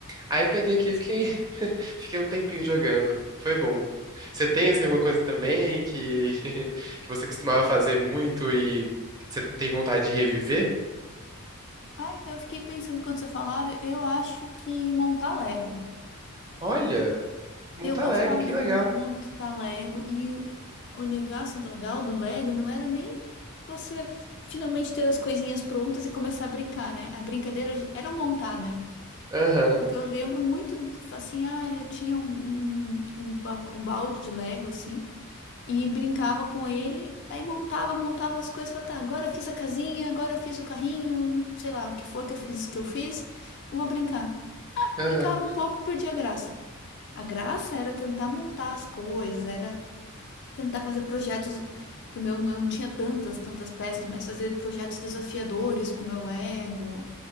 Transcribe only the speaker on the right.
Aí peguei aqui e fiquei, <laughs> fiquei um tempinho jogando. Foi bom. Você tem, assim, alguma coisa também que, <laughs> que você costumava fazer muito e você tem vontade de reviver?
Olha, Monta
Lego, que
legal.
Aham,
aham,